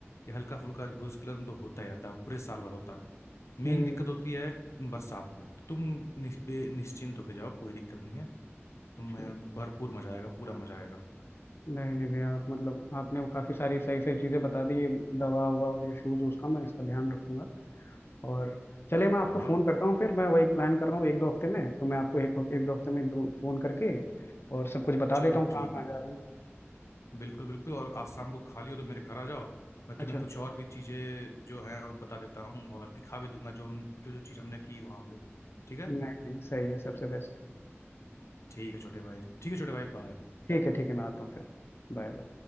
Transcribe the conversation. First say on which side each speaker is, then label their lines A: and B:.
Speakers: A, on the left (about 85°); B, on the left (about 55°).
A: ये हल्का फुल्का भूस्खलन तो होता ही रहता है पूरे साल भर होता है मेन
B: हम्म
A: दिक्कत होती है बरसात में तो तुम निस्पे निश्चिंत होके जाओ कोई दिक्कत नहीं है तुम्हें
B: चलिए।
A: भरपूर मजा आएगा पूरा मजा आएगा
B: नहीं नहीं भैया आप मतलब आपने काफ़ी सारी सही सही चीज़ें बता दी ये दवा हुआ और ये शूज़ उसका मैं इसका ध्यान रखूंगा और चलिए मैं आपको
A: हाँ
B: फ़ोन
A: हाँ
B: करता हूँ फिर मैं वही प्लान कर रहा हूँ एक दो हफ्ते में तो मैं आपको एक एक दो हफ्ते में एक दो फ़ोन करके और सब कुछ बता
A: चलो
B: देता हूँ कहाँ
A: ठीक
B: कहाँ जा रहा हूँ
A: बिल्कुल बिल्कुल और आज शाम को खाली हो तो मेरे घर आ जाओ मैं तुम्हें
B: अच्छा
A: कुछ और भी चीज़ें जो है वो बता देता हूँ और दिखा भी दूंगा जो जो जो चीज़ हमने की वहाँ पे ठीक है
B: नहीं नहीं सही है सबसे बेस्ट
A: ठीक है छोटे भाई ठीक है छोटे भाई बाय
B: ठीक है ठीक है मैं आता हूँ फिर Bye bye